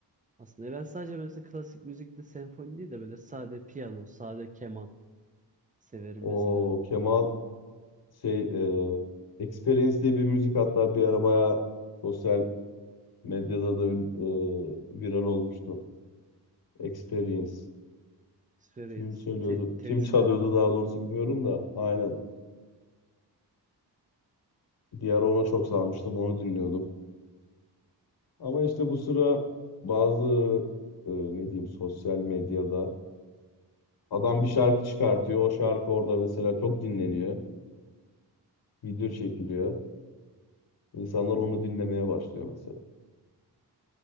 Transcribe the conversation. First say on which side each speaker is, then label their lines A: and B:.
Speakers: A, on the right (about 20°); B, on the left (about 60°).
A: Aslında e, ben sadece mesela klasik müzikte senfoni değil de böyle sade piyano, sade keman severim
B: O
A: mesela.
B: Kemal şey e, Experience diye bir müzik hatta bir ara bayağı sosyal medyada da ün- e, viral olmuştu. Experience.
A: Experience,
B: Kim söylüyordu?
A: te- tecrübe.
B: Kim çalıyordu daha doğrusu bilmiyorum da. Aynen. Bir ara ona çok sarmıştım. Onu dinliyordum. Ama işte bu sıra bazı e, ne diyeyim sosyal medyada adam bir şarkı çıkartıyor. O şarkı orada mesela çok dinleniyor. Video çekiliyor. İnsanlar onu dinlemeye başlıyor mesela.